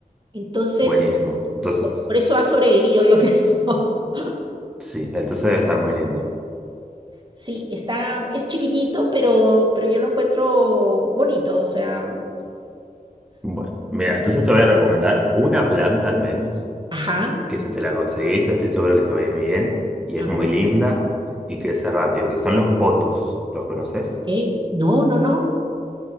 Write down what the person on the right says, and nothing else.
Entonces,
po- por eso ha sobrevivido, yo creo. <laughs>
Sí, está, es chiquitito, pero, pero yo lo encuentro bonito, o sea,
ajá,
a
ver,
ey, No, no, no,